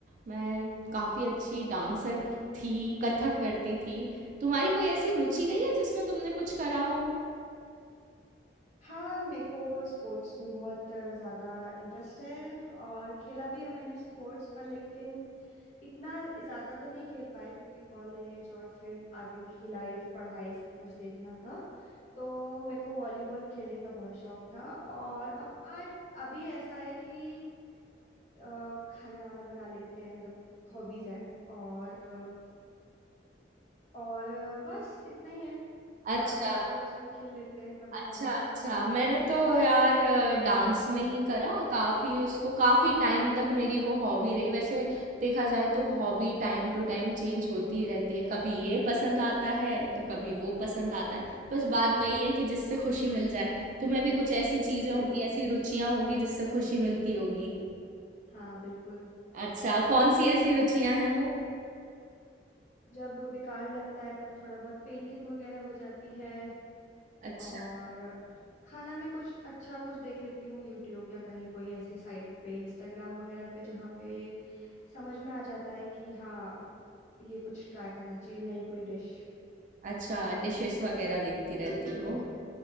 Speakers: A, on the right (about 45°); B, on the left (about 40°).
A: मैं काफ़ी अच्छी डांसर थी कथक करती थी तुम्हारी कोई ऐसी रुचि रही है जिसमें तुमने कुछ करा हो
B: हाँ मेरे को स्पोर्ट्स में बहुत अ, ज़्यादा इंटरेस्ट है और खेला भी है मैंने स्पोर्ट्स पर लेकिन इतना ज़्यादा तो नहीं खेल पाया क्योंकि कॉलेज और फिर आगे की लाइफ पढ़ाई सब कुछ देखना था तो मेरे को वॉलीबॉल खेलने का बहुत शौक था और अपार्ट अभी ऐसा है कि अ, खाना वाना बना लेते हैं मतलब हॉबीज़ है और अ, और अ, बस इतना ही है
A: अच्छा
B: थोड़ा बहुत स्पोर्ट्स भी खेल लेते हैं कभी
A: अच्छा
B: कभार
A: अच्छा मैंने तो यार डांस में ही करा काफ़ी उसको काफ़ी टाइम तक मेरी वो हॉबी रही वैसे देखा जाए तो hobby time to time change होती ही रहती है कभी ये पसंद आता है तो कभी वो पसंद आता है बस बात वही है कि जिससे खुशी मिल जाए तुम्हें भी कुछ ऐसी चीज़ें
B: हम्म
A: होंगी ऐसी रुचियां होगी जिससे खुशी मिलती होगी
B: हाँ बिल्कुल
A: अच्छा कौन सी ऐसी रुचियां हैं वो
B: जब वो बेकार लगता है तब थोड़ा बहुत पेंटिंग वगैरह हो जाती है
A: अच्छा
B: और खाना में कुछ अच्छा कुछ देख लेती हूँ यूट्यूब या कहीं कोई ऐसे साइट पे इंस्टाग्राम वगैरह पे जहाँ पे समझ में आ जाता है कि हाँ ये कुछ ट्राई करना चाहिए नई कोई डिश
A: अच्छा डिशेस वगैरह देखती रहती हो